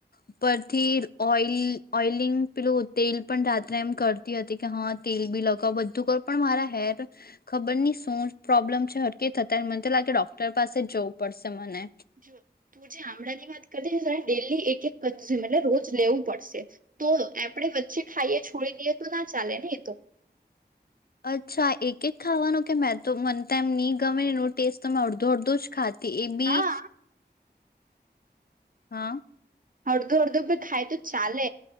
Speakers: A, on the left (about 60°); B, on the right (about 50°).
A: ઉપરથી ઓલ ઓઈલિંગ પેલું તેલ પણ રાત્રે એમ કરતી હતી કે હા તેલ બી લગાવ બધું કરો પણ મારા હેર ખબર નહી શું પ્રોબ્લેમ છે હરકી થતા મને તો લાગે ડોક્ટર ોક્ટર પાસે જવું પડશે મને
B: જો તું જે આમળા ની વાત કરી ડેલી એક એક કમ એટલે રોજ લેવું પડશે તો આપણે વચ્ચે ખાઈએ છોડી દઈએ તો ના ચાલે ને એ તો
A: અચ્છા એક જ ખાવાનું કે મેં તો મને એમ નહી ગમે એ ટેસ્ટ તો મેમે અડધો અડધો જ ખા એવી
B: હા
A: હા
B: હળધો અળદો ખાય તો ચાલે